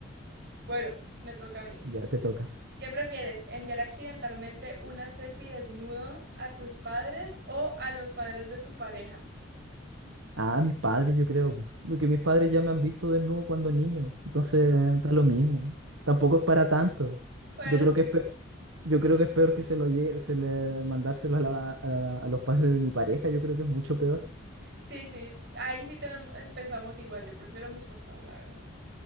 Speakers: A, on the right; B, on the right.
A: Bueno, me toca a mí.
B: Ya te toca.
A: ¿Qué prefieres? ¿Enviar accidentalmente una selfie desnudo a tus padres o a los padres de tu pareja?
B: Ah, mis padres, yo creo, porque mis padres ya me han visto desnudo cuando niño, entonces da lo mismo. Tampoco es para tanto.
A: Pues
B: Yo creo que es peor Yo creo que es peor que se lo llegue, se le mandárselo a, la- a- a los padres de mi pareja, yo creo que es mucho peor.
A: sí, sí, ahí sí tenemos, eh, pensamos igual. Yo prefiero a mis papás, la verdad.